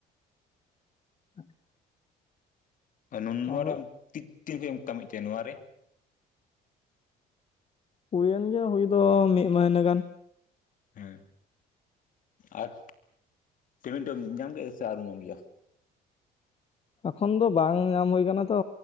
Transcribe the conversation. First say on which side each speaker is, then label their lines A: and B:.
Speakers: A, on the left; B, on the left.
A: <inaudible>
B: ᱱᱩᱱᱢᱟᱨᱟᱝ
A: ᱟᱨ
B: ᱛᱤ ᱛᱤᱱ ᱠᱷᱚᱡ ᱮᱢ ᱠᱟᱹᱢᱤ ᱮᱫ ᱛᱮ ᱱᱚᱣᱟᱨᱮ?
A: ᱦᱩᱭᱮᱱ ᱜᱮᱭᱟ ᱦᱩᱭ ᱫᱚ ᱢᱤᱫ ᱢᱟᱦᱱᱟᱹ ᱜᱟᱱ᱾
B: ᱦᱮᱸ ᱟᱨ ᱯᱮᱢᱮᱱᱴ ᱦᱚᱸ ᱧᱟᱢ ᱜᱮᱭᱟ ᱥᱮ ᱟᱹᱣᱨᱤᱢ ᱧᱟᱢ ᱜᱮᱭᱟ?
A: ᱮᱠᱷᱚᱱ ᱫᱚ ᱵᱟᱝ ᱧᱟᱢ ᱦᱩᱭ ᱟᱠᱟᱱᱟ ᱛᱚ